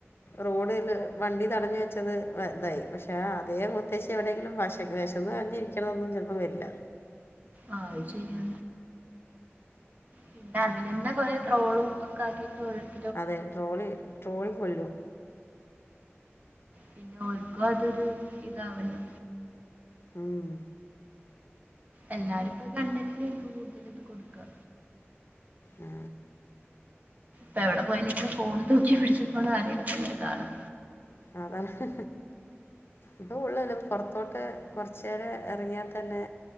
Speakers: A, on the left (about 60°); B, on the right (about 35°).
A: റോഡില് വണ്ടി തടഞ്ഞു വെച്ചത് ഇതായി പക്ഷെ അതേ മുത്തശി പക്ഷെ എവിടെയങ്കിലും വശ വിശന്ന്റിഞ്ഞിരിക്കണതൊന്നും ചിലപ്പോ വരില്ല
B: ആഹ് അത് ശരിയാ പിന്നെ അതിന്നെന്താ കൊറവ് ട്രോളും ഒക്കെ ആക്കിയിട്ട്ണ്ട്
A: അതെ ട്രോളി ട്രോളി കൊല്ലും
B: പിന്നെ ഓർക്കും അതൊരു ഇതാവല്ലോ
A: ഹും
B: എല്ലാരും ഇപ്പോ കണ്ണല കേനിക്ക് കൂടുതൽ ഇത് കൊടുക്കുക
A: ആ.
B: അപ്പ എവിടെ പോയാലും ഇങ്ങനെ ഫോൺ തൂക്കി പിടിച്ച് പോണ ആരേലും ഒക്കെ ഇങ്ങനെ കാണും
A: അതല്ല ഇപ്പൾ ഉള്ളല്ല പുൊറത്തോട്ട് കുറച്ച് നേേരം ഇറങ്ങിയാൽ തന്നെ